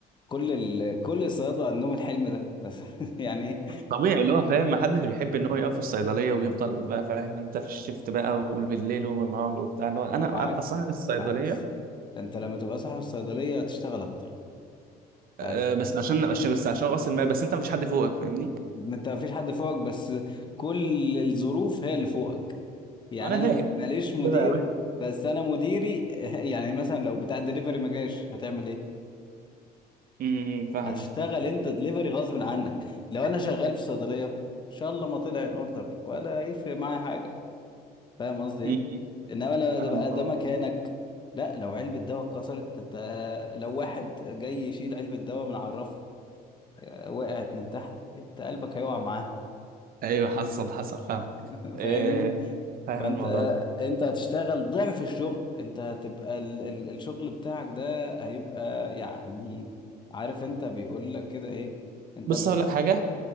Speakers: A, on the left; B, on the right.
A: كل ال... كل الصيادلة عندهم الحلم ده بس <laughs> يعني
B: طبيعي اللي هو فاهم محدش بيحب ان هو يقف في الصيدليه ويفضل بقى فاهم انت في الشيفت بقى وبالليل وبالنهار وبتاع اللي هو انا
A: بالعكس
B: ابقى صاحب الصيدليه
A: بالعكس ده أنت لما تبقى صاحب الصيدلية هتشتغل أكتر أنت
B: أه
A: عارف
B: بس عشان عشان- بس عشان راس المال بس انت مفيش حد فوقك فاهمني
A: ما أنت مفيش حد فوقك بس كل الظروف هي اللي فوقك يعني
B: انا
A: أنا
B: فاهم
A: ماليش مدير
B: فاهم
A: بس أنا مديري <laughs> يعني مثلا لو بتاع الدليفري ما جاش هتعمل إيه؟
B: امم فاهمه
A: هتشتغل انت دليفري غصب عنك لو انا شغال في صيدليه ان شاء الله ما طلع الاوردر ولا يفرق معايا حاجه فاهم قصدي ايه
B: امم إمم،
A: انما لما
B: فاهمك
A: ده بقى ده
B: أه.
A: مكانك لا لو علبه دواء اتكسرت ده انت لو واحد جاي يشيل علبه دواء من على الرف آه، وقعت من تحت انت قلبك هيقع معاه
B: ايوه حصل حصل فاهم
A: <laughs>
B: أه
A: فاهمني
B: فاهم
A: فانت
B: الموضوع ده
A: انت هتشتغل ضعف الشغل انت هتبقى ال... ال... الشغل بتاعك ده هيبقى يعني عارف انت بيقول لك كده ايه انت
B: بص
A: متكافئ
B: هقول لك حاجه